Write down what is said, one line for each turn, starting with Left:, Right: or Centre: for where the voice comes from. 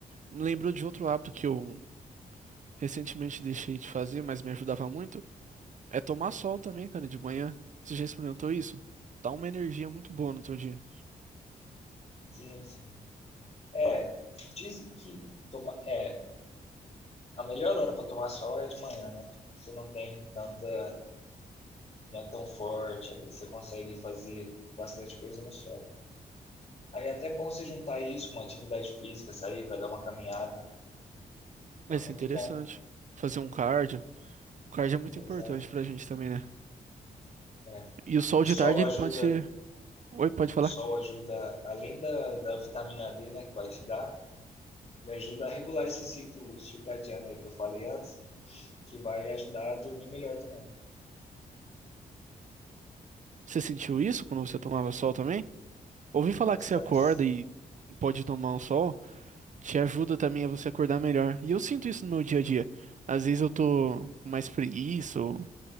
Right: me lembrou de outro hábito que eu Recentemente deixei de fazer, mas me ajudava muito. É tomar sol também, cara, de manhã. Você já experimentou isso? Dá uma energia muito boa no teu dia.
Left: Sim, sim. É, dizem que toma, é, a melhor hora para tomar sol é de manhã, né? Tipo, Você não tem tanta. não é tão forte, aí você consegue fazer bastante coisa no sol. Aí é até bom você juntar isso com uma atividade física, sair para dar uma caminhada. Então
Right: Vai
Left: é
Right: ser
Left: muito
Right: interessante.
Left: bom.
Right: Fazer um cardio. O cardio é muito
Left: Exato.
Right: importante pra gente também, né?
Left: É.
Right: E o sol
Left: O
Right: de
Left: sol
Right: tarde, ele
Left: ajuda
Right: pode ser. Oi, pode falar.
Left: o sol ajuda, além da, da vitamina D, né, que vai te dar, ele ajuda a regular esse ciclo circadiano aí que eu falei antes, que vai ajudar a dormir melhor também,
Right: Você sentiu isso quando você tomava sol também? Ouvi falar
Left: bastante,
Right: que você acorda e pode tomar um sol, te ajuda também a você acordar melhor. E eu sinto isso no meu dia a dia. Às vezes eu tô com mais preguiça ou